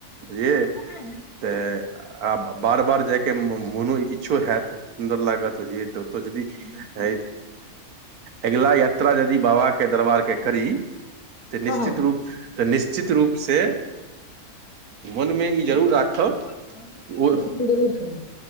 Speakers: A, on the right; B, on the left.
A: बुझलिये
B: कहने अछि
A: तऽ आ बार बार जायके मोनो इच्छो हैत सुन्दर लागत बुझियै तऽ तऽ जदि
B: जे कि
A: अ अगिला यात्रा यदि बाबा के दरबार के करी तऽ निश्चित
B: हँ हँ,
A: रूप तऽ निश्चित रूपसे मनमे ई
B: भगवती
A: जरूर राखब
B: के भगवती
A: ओ
B: के दर्शन जरूर करेबै